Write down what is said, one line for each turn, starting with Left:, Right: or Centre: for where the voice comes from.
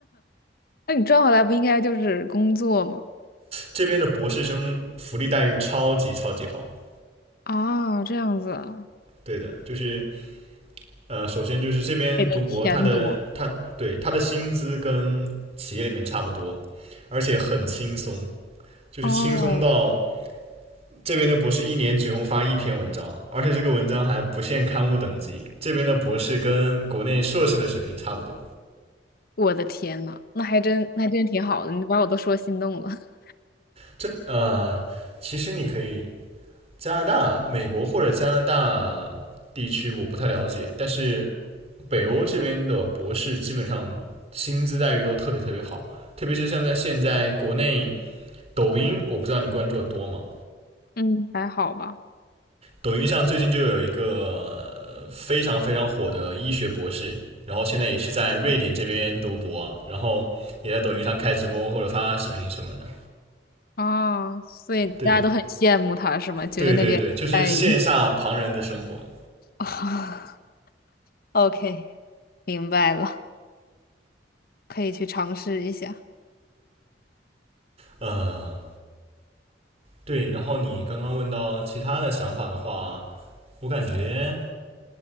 Left: 那你赚回来不应该就是工作吗？
Right: 这边的博士生福利待遇超级超级好，
Left: 啊，这样子啊
Right: 对的，就是呃，首先就是这边读博，
Left: 给的钱多。
Right: 他的他对他的薪资跟企业里面差不多，而且很轻松，就是轻松到。
Left: 哦，
Right: 这边的博士一年只用发一篇文章，而且这个文章还不限刊物等级。这边的博士跟国内硕士的水平差不多。
Left: 我的天呐，那还真那还真挺好的，你把我都说心动了。<laughs>
Right: 这呃，其实你可以加拿大、美国或者加拿大地区我不太了解，但是北欧这边的博士基本上薪资待遇都特别特别好，特别是像在现在国内抖音，我不知道你关注的多吗？
Left: 嗯，还好吧。
Right: 抖音上最近就有一个呃非常非常火的医学博士，然后现在也是在瑞典这边读博啊，然后也在抖音上开直播或者发视频什么的。
Left: 啊，所以大家都很羡慕他是吗？
Right: 对，
Left: 觉得那边待遇
Right: 对对对，就是羡煞旁人的生活。
Left: 啊 <laughs>，OK，明白了，可以去尝试一下。
Right: 呃，对，然后你刚刚问到其他的想法的话，我感觉